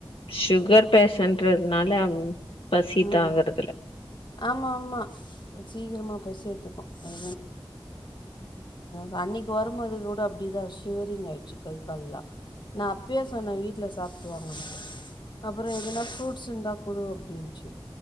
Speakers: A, on the left; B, on the left.
A: சுகர் பேஷண்டுறதுனால பசி
B: ம்
A: தாங்குறதுல்ல
B: ஆமா ஆமா கொஞ்சோ சீக்கிரமா பசி எடுத்துக்கு <unintelligible> அன்னைக்கு வருபோது கூட அப்டிதான ஷிவரிங் ஆயிடுச்சு கை கால் எல்லா நா அப்பயே சொன்னே வீட்ல சாப்புட்டு வாங்கனு அப்பற எதுனா ஃப்ரூட்ஸ் இருந்தா குடு அப்டின்னுச்சு